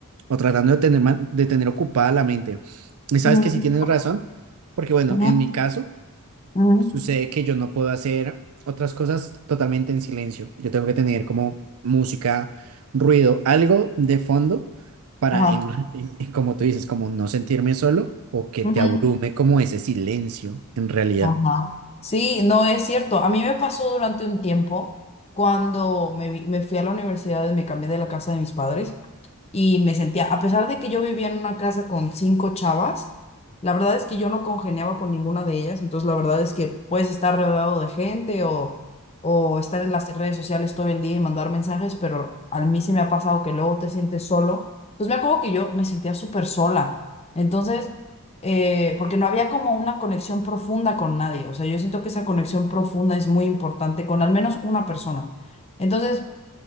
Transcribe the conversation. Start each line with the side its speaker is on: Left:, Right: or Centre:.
Right: o tratando de tener, man- de tener ocupada la mente. Y sabes
Left: Ujú,
Right: que sí tienes razón, porque bueno,
Left: ujú,
Right: en mi caso...
Left: ujú.
Right: Sucede que yo no puedo hacer otras cosas totalmente en silencio. Yo tengo que tener como música, ruido, algo de fondo para,
Left: Ajá.
Right: en- en- en- como tú dices, como no sentirme solo o que
Left: Ujú.
Right: te abrume como ese silencio en realidad.
Left: Ajá. Sí, no es cierto. A mí me pasó durante un tiempo cuando me, vi- me fui a la universidad y me cambié de la casa de mis padres y me sentía, a pesar de que yo vivía en una casa con cinco chavas, la verdad es que yo no congeniaba con ninguna de ellas, entonces la verdad es que puedes estar rodeado de gente o, o estar en las redes sociales todo el día y mandar mensajes, pero a mí sí me ha pasado que luego te sientes solo. Entonces me acuerdo que yo me sentía súper sola, entonces, eh, porque no había como una conexión profunda con nadie, o sea, yo siento que esa conexión profunda es muy importante con al menos una persona. Entonces,